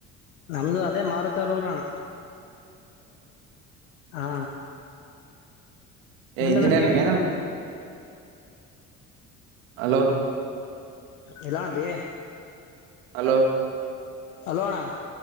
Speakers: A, on the left; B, on the right.
A: ನಮ್ದು ಅದೇ ಮಾರುುತ್ತರೂರಣ ಹಾ ನಿಮ್ದಣ್ಣ
B: ಇಂಜಿನಿಯರಿಂಗ್
A: ಟಿ
B: ಹಲೋ
A: ಎಲ್ಲ ನ ಬೇ
B: ಹಲೋ
A: ಹಲೋ ಅಣ್ಣ